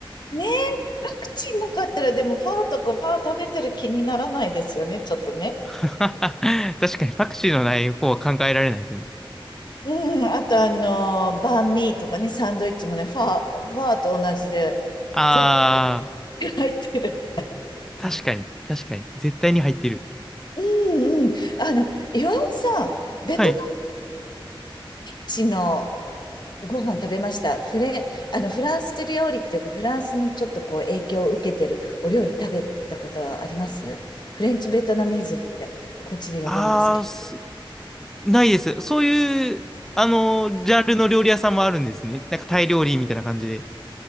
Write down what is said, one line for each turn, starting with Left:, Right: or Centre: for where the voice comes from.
Left: ねえ、パクチーなかったら、でもパーとかパー食べてる気にならないですよね、ちょっとね。
Centre: <laughs> 確かにパクチーのない方は考えられないですね。
Left: うん、あとあの、バンミーとかね、サンドイッチもね、ファー、ファーと同じで、
Centre: あ
Left: 絶対入ってる。
Centre: あ、確かに、確かに。絶対に入ってる。
Left: うんうん。あの、岩尾さん、ベトナム
Centre: はい。
Left: 人のご飯食べました。フレ、あの、フランス料理っていうか、フランスのちょっとこう影響を受けてるお料理食べたことはありますフレンチベトナミーズって、こっちで呼ぶんですけど。
Centre: ああ、すないです。そういう、あの、ジャンルの料理屋さんもあるんですね。なんかタイ料理みたいな感じで。